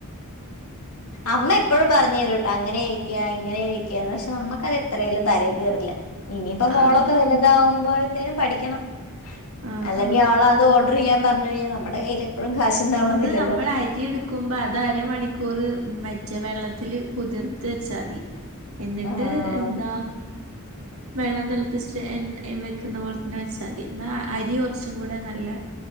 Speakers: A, on the left (about 80°); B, on the right (about 65°).
A: അമ്മ എപ്പോഴും പറഞരൂട്ടാ അങ്ങനെ വേഴിക്കുക ഇങ്ങനെ വെക്കുക പക്ഷെ നമ്മുക്കത് എത്രേലും തല കെറില്ല ഇനിയിപ്പോ മോളൊക്കെ
B: ആഹ്
A: വലുതാകുമ്പോഴത്തേനും പഠിക്കണം
B: ആഹ്
A: അല്ലെങ്കിൽ
B: ആഹ്
A: അവളത് അത് ഓഡർ ചെയ്യാൻ പറഞ്ഞു കഴിഞ്ഞൽ നമ്മടെ കയ്യിൽ എപ്പോഴും കാശുണ്ടാവണംന്നില്ലല്ലോ
B: അത് നമ്മൾ അരി എടുക്കുമ്പോ അത് അരമണിക്കൂറ് മറ്റെ വെള്ളത്തില്ൽ കുതിർത്ത് വെച്ചാതി എന്നിട്ട്
A: ആഹ്
B: എന്താ വെള്ളം തിളപ്പിച്ചിട്ട് എ എ വെക്കുന്ന പോലെ തന്നെ വച്ചാതി എന്നാ അരി കുറച്ചും കൂടെ നല്ല